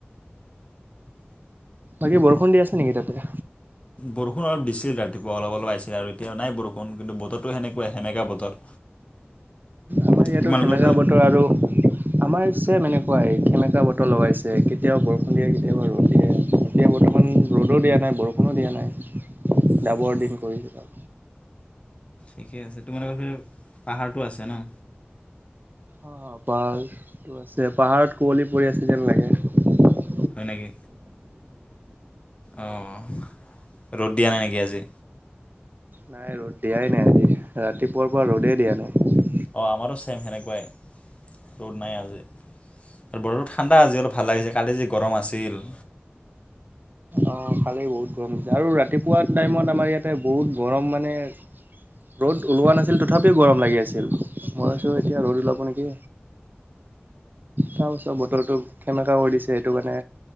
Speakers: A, on the right; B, on the left.
A: বাকী বৰষুণ দি আছে নেকি তাতে
B: বৰষুণ অলপ দিছিল ৰাতিপুৱা অলপ অলপ আহিছিলে আৰু এতিয়া নাই বৰোষুণ কিন্তু বতৰতটো সেনে কোৱা হেমেকা বতৰ
A: আমাৰ ইয়াতো
B: তোমালোকৰ
A: সেমেকা বতৰ আৰু আমাৰ ছেইম এনেকুৱাই সেমেকা বতৰ লগাইছে কেতিয়াবা বৰষুণ দিয়ে কেতিয়াবা ৰ'দ দিয়ে এতিয়া বৰ্তমান ৰ'দো দিয়া নাই বৰষুণো দিয়া নাই
B: ফালে
A: ডাৱৰ দিন কৰিছে
B: ঠিকে আছে তোমালোকৰ পাহাৰটো আছে ন'
A: অ', পাহাৰটো আছে পাহাৰত কুঁৱলী পৰি আছে যেন লাগে
B: হয় নেকি অঁ ৰ'দ দিয়া নাই নেকি আজি
A: নাই ৰ'দ দিয়াই নাই আজি ৰাতিপুৱাৰ পৰা ৰ'দেই দিয়া নাই
B: অঁ আমাৰো ছেম সেনেকুৱাই ৰ'দ নাই আজি বতৰো ঠাণ্ডা আজি অলপ ভাল লাগিছে কালি যি গৰম আছিল
A: অঁ খালেই বহুত গৰম হৈছে আৰু ৰাতিপুৱা টাইমত আমাৰ ইয়াতে বহুত গৰম মানে ৰ'দ ওলোৱা নাছিল তথাপিও গৰম লাগি আছিল মই আছোঁ এতিয়া ৰ'দ ওলাব নেকি তাৰপিছত বতৰটো সেমেকা কৰি দিছে সেইটো কাৰণে